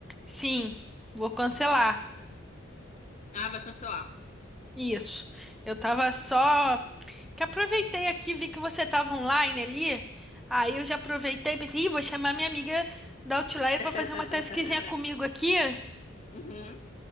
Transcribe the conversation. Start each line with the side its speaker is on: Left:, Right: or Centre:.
Centre: Sim, vou cancelar.
Left: Ah, vai cancelar.
Centre: Isso. Eu tava só que aproveitei aqui, vi que você tava online ali. Aí eu já aproveitei e pensei, Ih, vou chamar minha amiga da Outlier
Left: <laughs>
Centre: pra fazer uma tasquinha comigo aqui,
Left: Uhum,